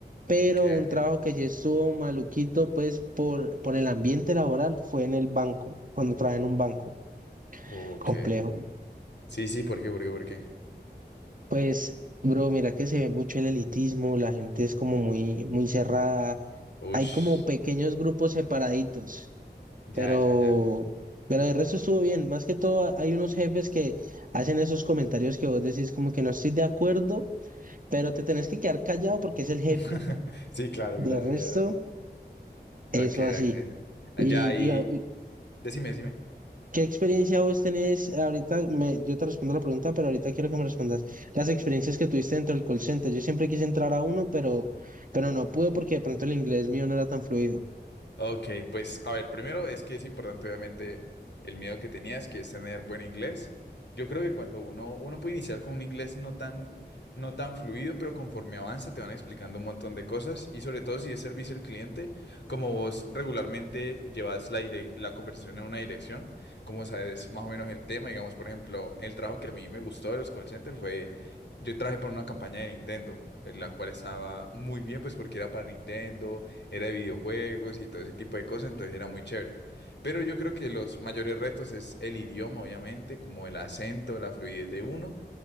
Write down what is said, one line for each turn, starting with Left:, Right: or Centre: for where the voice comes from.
Right: Pero
Left: ok,
Right: un
Left: ok.
Right: trabajo que sí estuvo maluquito, pues por, por el ambiente laboral, fue en el banco, cuando trabajé en un banco
Left: Ok.
Right: complejo.
Left: Sí, sí, ¿por qué? ¿Por qué? ¿Por qué?
Right: Pues, bro, mira que se ve mucho el elitismo, la gente es como muy, muy cerrada.
Left: Ush.
Right: Hay como pequeños grupos separaditos.
Left: Ya,
Right: Pero,
Left: ya, ya.
Right: pero de resto estuvo bien. Más que todo, a- hay unos jefes que hacen esos comentarios que vos decís como que no estoy de acuerdo, pero te tenés que quedar callado porque es el jefe.
Left: <laughs> Sí, claro, claro,
Right: De resto,
Left: claro.
Right: eso
Left: Ok,
Right: así.
Left: ok. Ah,
Right: ¿Y,
Left: Ya, y
Right: y a- y
Left: decime, decime.
Right: qué experiencia vos tenés ahorita? Me- yo te respondo la pregunta, pero ahorita quiero que me respondas las experiencias que tuviste dentro del call center. Yo siempre quise entrar a uno, pero, pero no pude porque de pronto el inglés mío no era tan fluido.
Left: Ok, pues a ver, primero es que es importante obviamente el miedo que tenías, que es tener buen inglés. Yo creo que cuando uno, uno puede iniciar con un inglés no tan, no tan fluido, pero conforme avanza te van explicando un montón de cosas y sobre todo si es servicio al cliente, como vos regularmente llevas la, dire- la conversación en una dirección, como sabes más o menos el tema, digamos, por ejemplo, el trabajo que a mí me gustó de los call centers fue, yo trabajé por una campaña de Nintendo, en la cual estaba muy bien, pues porque era para Nintendo era de videojuegos y todo ese tipo de cosas, entonces era muy chévere. Pero yo creo que los mayores retos es el idioma, obviamente, como el acento, la fluidez de uno